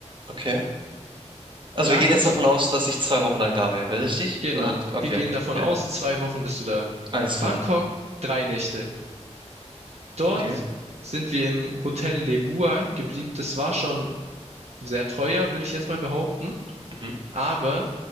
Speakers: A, on the right; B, on the right.
A: okay. Also
B: Da
A: wir gehen
B: kannst
A: jetzt davon
B: du,
A: aus, dass ich zwei Wochen lang da wäre, richtig?
B: genau,
A: Und dann, okay,
B: wir gehen
A: okay.
B: davon
A: Ja.
B: aus, zwei Wochen bist du da.
A: Alles klar.
B: Bangkok, drei Nächte. Dort
A: Okay.
B: sind wir im Hotel Lebua geblieben. Das war schon sehr teuer, würde ich jetzt mal behaupten.
A: Mhm.
B: Aber